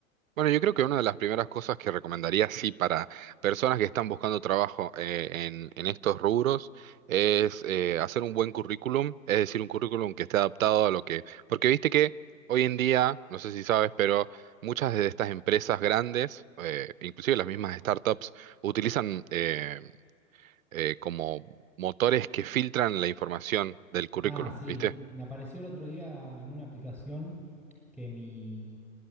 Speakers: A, on the right; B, in the centre.
A: Bueno, yo creo que una de las primeras cosas que recomendaría, sí, para personas que están buscando trabajo eh, en, en estos rubros, es eh, hacer un buen currículum, es decir, un currículum que esté adaptado a lo que... Porque viste que hoy en día, no sé si sabes, pero muchas de estas empresas grandes, eh, inclusive las mismas startups, utilizan eh, eh, como motores que filtran la información del currículum,
B: Ah, sí.
A: ¿viste?
B: Me apareció el otro día en una aplicación que mi,